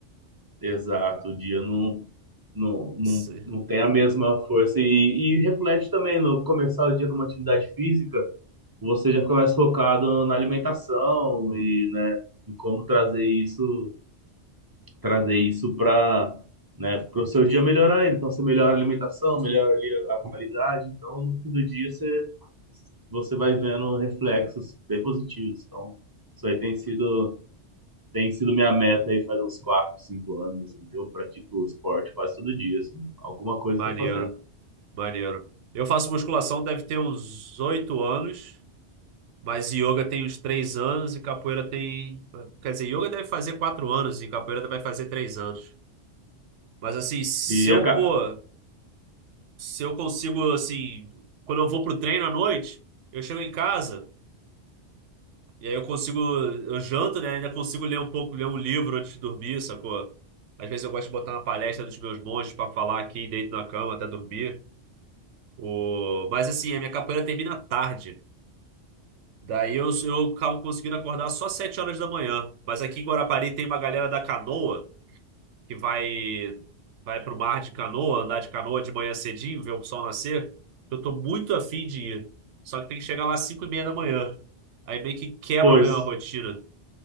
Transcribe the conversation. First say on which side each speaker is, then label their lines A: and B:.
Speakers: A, on the right; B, on the right.
A: Exato, o dia não, não, não,
B: Sim.
A: não tem a mesma força. E, e reflete também no começar o dia com uma atividade física, você já começa focado na alimentação e, né, em como trazer isso trazer isso para, né, para o seu dia melhorar. ele. Então, você melhora a alimentação, melhora ali a a qualidade. Então, no fim do dia, você, você vai vendo reflexos bem positivos. Então, isso aí tem sido, tem sido minha meta aí faz uns quatro cinco anos, assim, que eu pratico esporte quase todo dia, assim. Alguma coisa
B: Maneiro,
A: eu tô fazendo.
B: maneiro. Eu faço musculação, deve ter uns oito anos. Mas yoga tem uns três anos e capoeira tem. Quer dizer, yoga deve fazer quatro anos e capoeira vai fazer três anos. Mas assim, se
A: E,
B: eu,
A: aca-
B: pô, se eu consigo, assim, quando eu vou pro treino à noite, eu chego em casa e aí eu consigo, eu janto, né? Ainda consigo ler um pouco, ler um livro antes de dormir, sacou? Às vezes eu gosto de botar uma palestra dos meus monges pra falar aqui, deito na cama até dormir. O... Mas assim, a minha capoeira termina tarde. Daí eu, eu acabo conseguindo acordar só 7 horas da manhã. Mas aqui em Guarapari tem uma galera da canoa que vai vai pro mar de canoa, andar de canoa de manhã cedinho, ver o sol nascer. Eu tô muito afim de ir. Só que tem que chegar lá às 5 e meia da manhã. Aí meio que quebra
A: pois,
B: a minha rotina,